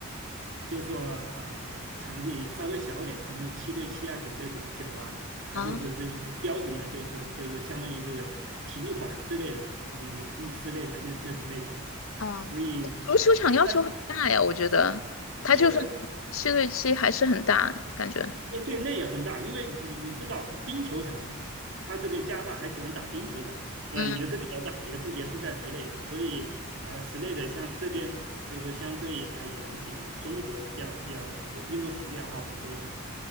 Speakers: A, on the right; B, on the left.
A: 就说啊，场地稍微小一点，可能是七对七啊，九对九九啊，它就是这个标准的，
B: 啊
A: 就是就是相当于这个体育馆之类的吧，你你你室内的那那种类型，
B: 啊！
A: 所以
B: 足球场要求很大呀，
A: 但
B: 我觉得它就算七对七还是很大感觉。
A: 对啊对啊，对对那也很大，因为你你知道冰球场，他这边加拿大还喜欢打冰球的，也也是比较大，
B: 嗯，
A: 也是也是在室内的，所以呃室内的像这边就是相对而言比中国要要很多运动场地要好很多嘛。